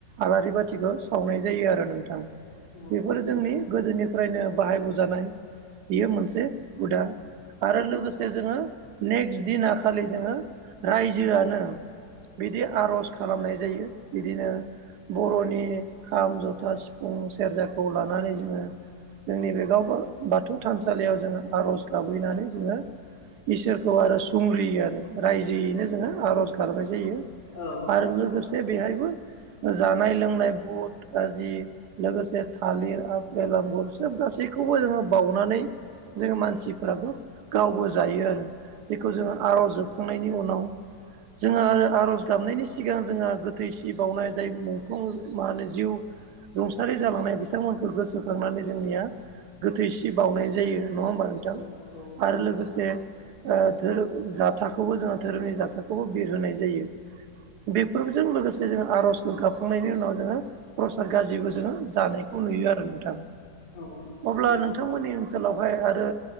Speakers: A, on the right; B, on the left.
A: आलारि बाथिखौ सावनाय जायो आरो नों थां ओ
B: नंगौ
A: बेफोरो जोंनि गोदोनिफ्रायनो बाहाय बोजानाय बियो मोनसे हुदा आरो लोगोसे जोंङो नेक्स्ट दिना खालि जोंङो रायजोआनो बिदि आर'ज खालामनाय जायो बिदिनो बर'नि खाम, जथा सि फुं सेर्जाखौ लानानै जोङो जोंनि बे गाव बाथौ थानसालियाव जोङो आर'ज गाबैनानै जोङो इसोरखौ आरो सुंग्रियो आरो रायजोयैनो जोङो आर'ज गाबनाय जायो।
B: औ
A: आरो लोगोसे बेहायबो जानाय लोंनाय बुट गाजि लोगोसे थालिर आफेल आंगुर सोब गासैखौबो जोङो बाउनानै जोङो मानसिफ्राबो गावबो जायो आरो जेखौ
B: नंगौ
A: जोङो आर'ज जोबखांनायनि उनाव जोंङो आरो आर'ज गाबनायनि सिगां जोंङो गोथै सि बावनाय जाय मुंख्लं मा होनो जिउ रुंसारि जालांनाय बिथांमोनखौ गोसोखांनानै जोंनिया गोथैसि बावनाय जायो नङा ओमबा नों थां
B: औ औ नंगौ
A: आरो लोगोसे ओ धोरोम जाथाखौबो जोङो धोरोमनि जाथाखौबो बिरहोनाय जायो। बेफोरजों लोगोसे जोङो आर'जखौ गाबखांनायनि उनाव जोङो प्रसाद गाजिबो जोङो जानायखौ नुयो आरो नोंथां
B: औ नंगौ
A: अब्ला नोंथांमोननि ओन सोलावहाय आरो